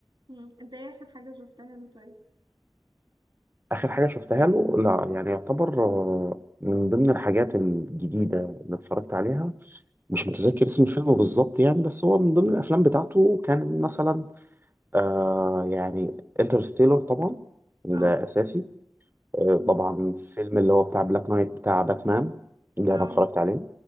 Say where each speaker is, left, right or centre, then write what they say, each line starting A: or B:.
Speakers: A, on the right; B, on the right.
A: مم. انت ايه اخر حاجة شفتها له طيب
B: آخر حاجة شفتها له لا يعني يعتبر آه، من ضمن الحاجات الجديدة اللي اتفرجت عليها مش
A: مم.
B: متذكر اسم الفيلم بالظبط يعني بس هو من ضمن الأفلام بتاعته كان مثلا آه يعني انترستيلر طبعا ده
A: اه
B: أساسي آه
A: مم.
B: طبعا فيلم اللي هو بتاع بلاك نايت بتاع باتمان ده
A: اه
B: أنا اتفرجت عليه